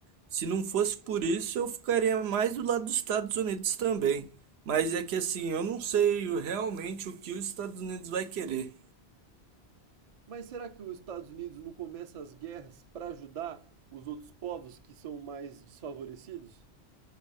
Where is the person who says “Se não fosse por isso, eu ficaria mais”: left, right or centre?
Right